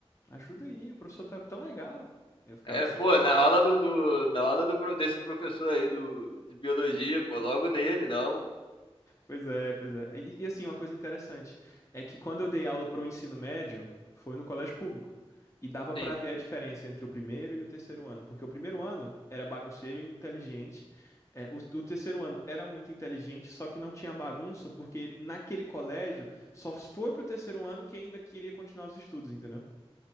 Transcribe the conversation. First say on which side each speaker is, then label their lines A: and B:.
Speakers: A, on the left (about 30°); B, on the left (about 55°).
A: ajuda aí, o professor tá tão legal. Eu ficava
B: É,
A: assim.
B: pô, na aula do, do- na aula do, pro- desse professor aí do, de biologia, pô, logo nele, não. pô.
A: Pois é, pois é. E, e, assim, uma coisa interessante é que quando eu dei aula para o ensino médio, foi no colégio público. E dava para
B: Sim.
A: ver a diferença entre o primeiro e o terceiro ano, porque o primeiro ano era bagunceiro e inteligente. É, o, o terceiro ano era muito inteligente, só que não tinha bagunça, porque naquele colégio só foi pro terceiro ano quem ainda queria continuar os estudos, entendeu?